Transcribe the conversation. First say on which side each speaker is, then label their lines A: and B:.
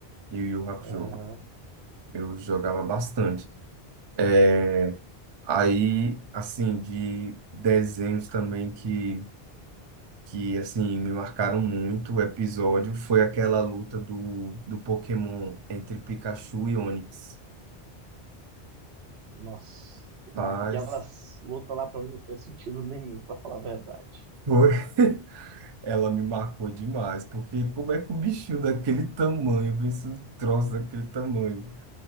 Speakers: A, on the right (about 45°); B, on the right (about 80°).
A: E o Yu Yu Hakusho,
B: Aham.
A: eu jogava bastante. É, Aí, assim, de desenhos também que, que assim, me marcaram muito o episódio foi aquela luta do, do Pokémon entre Pikachu e Onix.
B: Nossa,
A: Rapaz.
B: aquelas lutas lá pra mim não fez sentido nenhum, pra falar a verdade.
A: Foi. <laughs> Ela me marcou demais, porque como é que um bichinho daquele tamanho vence um troço daquele tamanho?